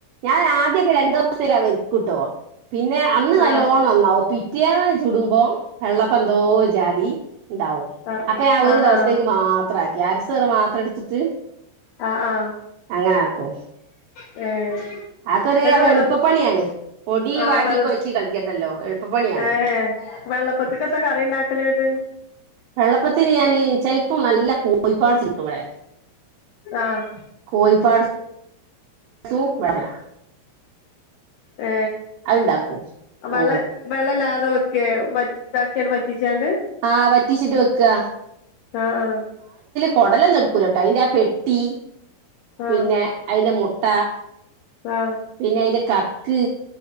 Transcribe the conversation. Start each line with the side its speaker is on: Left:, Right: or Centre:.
Right: ഞാൻ ആ ത്രി <unintelligible> <unintelligible> പിന്ന അന്ന് നല്ലോണം
Left: ആഹ്
Right: നന്നാവും പി തിയാനെ ചുടുമ്പം വെള്ളപ്പന്തോ ജാതി ഉണ്ടാവും
Left: ആഹ്
Right: അപ്പ ആ ഒരു
Left: ആഹ്
Right: ദെവസത്തേക്ക്
Left: ആഹ്
Right: മാത്ര <unintelligible> സറ് മാത്ര എട്ത്തിട്ട്
Left: ആഹ് ആഹ്
Right: അങ്ങന ആക്കൂ
Left: ഏ
Right: ആ കറിയാവുമ്പ
Left: എന്നിട്ട് വെള്ള
Right: എളുപ്പപ്പണിയാണ് പൊടി
Left: ആഹ്
Right: വാട്ടി
Left: വെൾ
Right: കൊഴച്ചി കളിക്കട്ടല്ലോ എളുപ്പപ്പണിയാണ്
Left: ഏഹ് വെള്ളപ്പത്ത്ക്കെത്താ കറി ഇണ്ടാക്കല്ങ്ങട്ട്
Right: വെള്ള പ്പത്തിന് ഞാന് ചെൽപ്പം നല്ല കൂ പൊയ്പാസിട്ടൂളേ
Left: ആഹ്
Right: കോയിപ്പാട്സ് സൂപ്പർ അ
Left: ഏ
Right: അത്ണ്ടാക്കും
Left: വെള്ള
Right: ഓ
Left: വെള്ളല്ലാ <unintelligible> വറ്റിച്ചാണ്ട്
Right: ആ വറ്റിച്ചിട്ട് വെക്ക് ആ
Left: ആ ആ
Right: കൊടലൊന്നും എടുക്കൂലട്ടാ അയിന്റെ ആ പെട്ടി
Left: ആഹ്
Right: പിന്നെ അയിന്റെ മൊ മുട്ട
Left: ആഹ്
Right: പിന്നെ അയിന്റെ കാ ക്